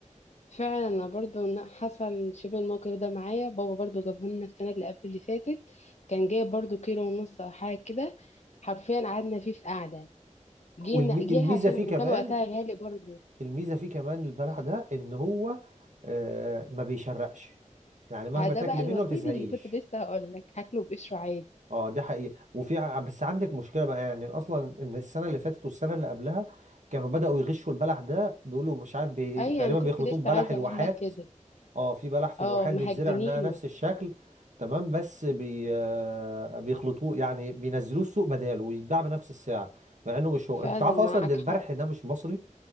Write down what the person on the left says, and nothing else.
فعلا انا برضو ن- حصل شبه الموقف ده معايا بابا برضو جابه لنا السنه اللي قبل اللي فاتت كان جايب برضو كيلو ونص او حاجه كده حرفيا قعدنا فيه في قعده جينا
جه عشان
وكان وقتها غالي برضو
ها ده
بقى الوحيد
اللي كنت لسه هقول لك هاكله بقشره عادي
اي
انا كنت
لسه
عايزه
اقول لك كده
اه
مهجنينه
فعلا
معاك
حق